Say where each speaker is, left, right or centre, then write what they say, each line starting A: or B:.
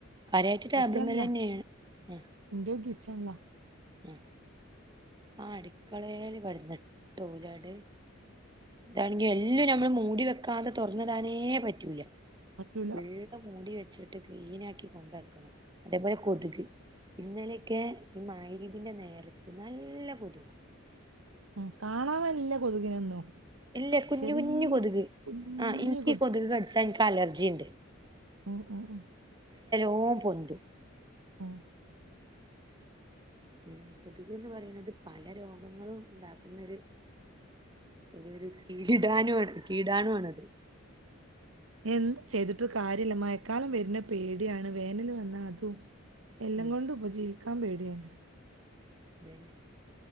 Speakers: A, on the right; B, on the right.
A: കാര്യായിട്ട് ടേബിൾമ്മലെന്നേണ്
B: കിച്ചണിലാ
A: മ്
B: ഇന്റെയും കിച്ചണിലാ
A: ഉം ആ അടുക്കളയില് കടന്നിട്ട ലാട് ഇതാണെങ്കിൽ എല്ലും നമ്മള് മൂടി വെക്കാതെ തുറന്നടാനേ പറ്റൂല്ല
B: പറ്റൂല
A: ഉള്ള മൂടി വെച്ചിട്ട് ക്ലീൻ ആക്കി കൊണ്ടട്ക്കണം അത്പോലെ കൊതുക് ഇന്നലെയൊക്കെ ഈ മയ്രിപിന്റെ നേരത്ത് നല്ല കെതുക
B: ഉ കാണാവാനില്ല കൊതുകിനൊന്നും
A: ഇല്ല കുഞ്ഞു
B: ചെറിയ
A: കുഞ്ഞഞ് കൊതുക്
B: കുഞ്ഞു
A: ആ എനിക്ക് കൊതുക് കടിച്ചാ എനിക്ക് അലർജി ഉണ്ട്
B: ഓ ഓ ഓ
A: ഓ പൊണ്ടു
B: ആ
A: മ് കൊതുക്ന്ന് പറയുന്നത് പല രോഗങ്ങളും ഉണ്ടാക്കുന്നൊരു ഒരു ഒരു കീടാനു കീടാനു ആണത്
B: എന്ത് ചെയ്തിട്ട് കാര്യല്ല മയക്കാലം വരുന്ന പേടിയാണ് വേനല് വന്നാ അതും എല്ലാംക
A: ഉം
B: കൊണ്ട് ഉപജീവിക്കാന് പേടിയാണ്
A: അല്ല